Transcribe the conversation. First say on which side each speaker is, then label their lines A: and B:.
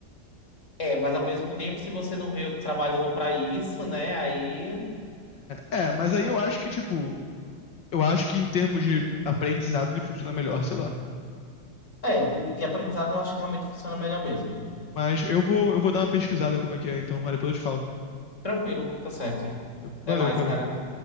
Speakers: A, on the left; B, on the left.
A: é, mas ao mesmo tempo, se você não veio trabalhando pra isso, né, aí
B: É, é, mas aí eu acho que, tipo, eu acho que em termos de aprendizado ele funciona melhor, sei lá.
A: É, de aprendizado eu acho que realmente funciona melhor mesmo.
B: Mas eu vou, eu vou dar uma pesquisada como é que é, então, olha, depois eu te falo.
A: Tranquilo, tá certo. Até
B: Valeu,
A: mais,
B: cara.
A: cara.